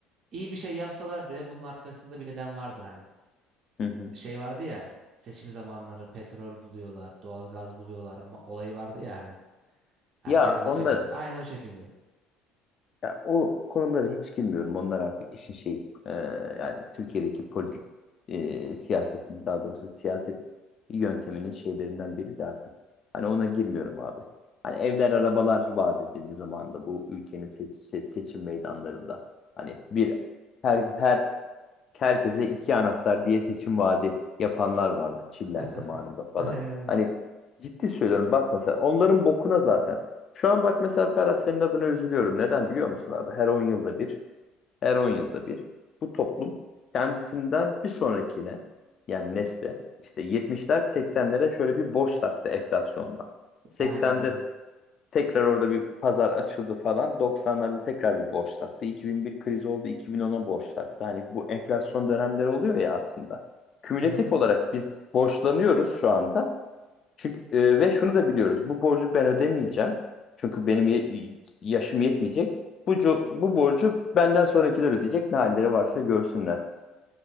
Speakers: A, on the right; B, on the left.
A: İyi bir şey yapsalar bile bunun arkasında bir neden vardır hani.
B: hı hı.
A: Şey vardı ya, seçim zamanları petrol buluyorlar, doğalgaz buluyorlar ma- olayı vardı ya hani. Herkes
B: Ya onlar
A: laf ediyordu. Aynen o şekilde.
B: Ya o konulara hiç girmiyorum. Onlar artık işin şey e, yani Türkiye'deki politik e, siyasetin daha doğrusu siyaset yönteminin şeylerinden biri de artık. Hani ona girmiyorum abi. Hani evler arabalar vaat edildiği zaman da bu ülkenin seç- se- seçim meydanlarında hani bir her her herkese iki anahtar diye seçim vaadi yapanlar vardı Çiller
A: <laughs>
B: zamanında falan.
A: Aynen öyle.
B: Hani ciddi söylüyorum bak mesela onların bokuna zaten. Şu an bak mesela Ferhat senin adına üzülüyorum. Neden biliyor musun abi? Her 10 yılda bir, her 10 yılda bir bu toplum kendisinden bir sonrakine yani nesle işte 70'ler 80'lere şöyle bir boş taktı enflasyonda. 80'de
A: Aynen öyle.
B: Tekrar orada bir pazar açıldı falan. 90'larda tekrar bir borç taktı. 2001 krizi oldu, 2010'a borç taktı. Hani bu enflasyon dönemleri oluyor ya aslında. Kümülatif
A: Hı hı.
B: olarak biz borçlanıyoruz şu anda. Çünkü e, ve şunu da biliyoruz. Bu borcu ben ödemeyeceğim. Çünkü benim ye- yaşım yetmeyecek. Bu, co- bu borcu benden sonrakiler ödeyecek. Ne halleri varsa görsünler.